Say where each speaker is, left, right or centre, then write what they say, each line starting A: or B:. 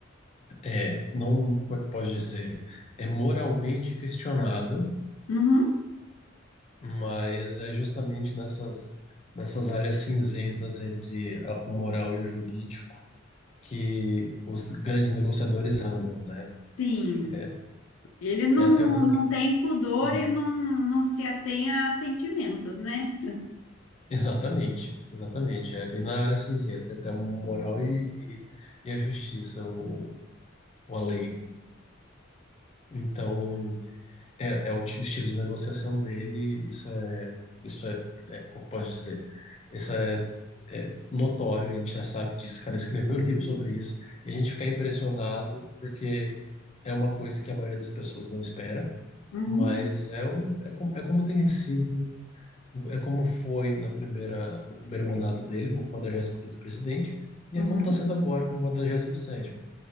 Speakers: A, on the left (about 35°); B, on the left (about 90°).
A: É, não, como é que eu posso dizer? É moralmente questionável,
B: Uhum.
A: mas é justamente nessas, nessas áreas cinzentas entre a- o moral e o jurídico que os grandes negociadores andam, né?
B: Sim,
A: É,
B: Ele não,
A: é até uma.
B: não tem pudor
A: Hum,
B: e não, não se atém a sentimentos, né?
A: Exatamente, exatamente. É bem na área cinzenta, é até moral e, e, e a justiça, ou, ou a lei. Então, é, é o ti- estilo de negociação dele, isso é, isso é, é, como que eu posso dizer? Isso é, é notório, a gente já sabe disso. O cara escreveu um livro
B: Sim.
A: sobre isso, e a gente fica impressionado porque é uma coisa que a maioria das pessoas não espera.
B: Uhum,
A: Mas é, o, é, como, é como tem sido, é como foi na primeira, no primeiro mandato dele, como quadragésimo quinto presidente, e
B: uhum,
A: é como está sendo agora, como quadragésimo sétimo